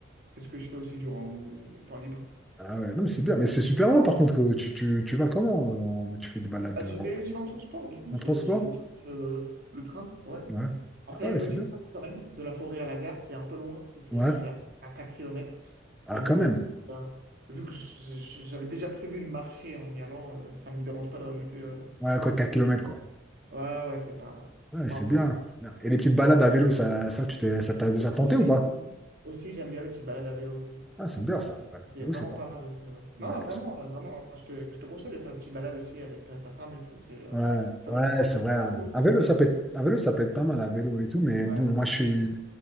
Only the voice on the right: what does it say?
c'est ce que je fais aussi durant mon temps libre.
Ah, j'y vais,
j'y vais en transport, du coup,
je,
je- je prends le, le train, ouais.
Après,
il y
a une petite
marche quand même, de la forêt à la gare, c'est un peu loin, c'est c'est-
c'est à, à 4 km.
Mais bon,
vu, que euh, vu que je- je- j'avais déjà prévu de marcher en y allant, euh, ça me dérange pas de rajouter. euh,
ces
ouais, ouais, c'est pas,
c'est pas
un problème.
Aussi,
aussi, aussi j'aime bien les petites balades à vélo aussi.
C'est
vraiment
pas mal aussi, ouais. Non,
vraiment,
euh, vraiment, hein, je te, je te conseille de faire une petite balade aussi avec ta, ta femme et tout. C'est, euh,
ça
va ça
peut
faire
du bien.
Ouais.